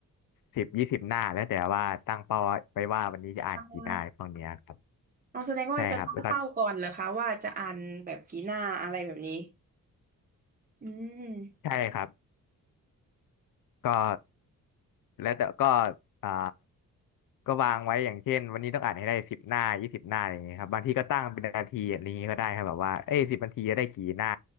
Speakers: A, on the left; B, on the right.
A: สิบยี่สิบหน้าแล้วแต่ว่าตั้งเป้าไว้ว่าวันนี้จะอ่านกี่หน้าพวกเนี้ยครับ
B: อ่าเอาแสดงว่าจะตั้งเป้าก่อนเหรอคะว่าจะอ่านแบบกี่หน้าอะไรแบบนี้
A: ใช่ครับแล้วก็
B: อืม
A: ใช่ครับ ก็แล้วแต่ก็อ่าก็วางไว้อย่างเช่นวันนี้ต้องอ่านให้ได้สิบหน้ายี่สิบหน้าอย่างเงี้ยครับบางทีก็ตั้งเป็นนาทีอย่างนี้ก็ได้ครับแบบว่าเอ้ยสิบนาทีจะได้กี่หน้า